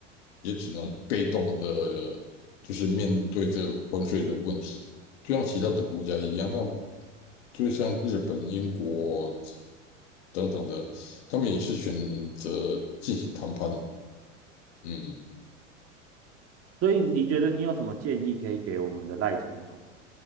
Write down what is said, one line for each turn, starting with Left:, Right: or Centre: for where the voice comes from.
Left: 也只能被动的，就是面对这个关税的问题，就像其他的国家一样，那就像日本、英国等等的，他们也是选择进行谈判。嗯，
Right: 所以你觉得你有什么建议可以给我们的赖总统，